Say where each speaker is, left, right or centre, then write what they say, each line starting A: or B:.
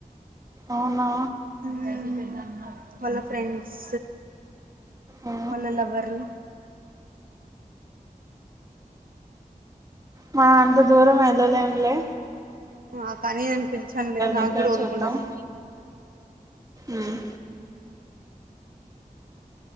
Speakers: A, on the right; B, on the right.
A: అవునా
B: హుమ్ వాళ్ళ ఫ్రెండ్స్
A: ఆ
B: వాళ్ళ లవరు
A: మా అంత దూరం ఎళ్ళలేంలే
B: హా కాని అని పిలిచనులే నాకు
A: దగ్గర
B: కూడా ఓపికుండదు
A: చూద్దాం ఉమ్.